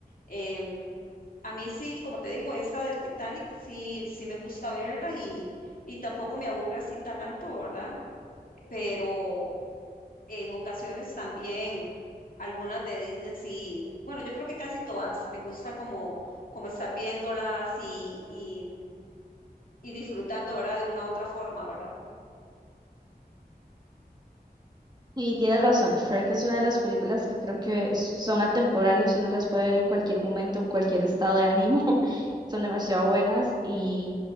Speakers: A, on the left; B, on the right.
A: Em, a mí sí, como te digo, esa del Titanic sí, sí me gusta verla y, y tampoco me aburre así tanto, ¿verdad? pero en ocasiones también algunas de Disney sí, bueno, yo creo que casi todas, me gusta como, como estar viéndolas y, y, y disfrutando, ¿verdad? De una u otra forma, ¿verdad?
B: Y tienes razón, Shrek es una de las películas que creo que s- son atemporales, uno las puede ver en cualquier momento, en cualquier estado de ánimo, <laughs> son demasiado buenas y,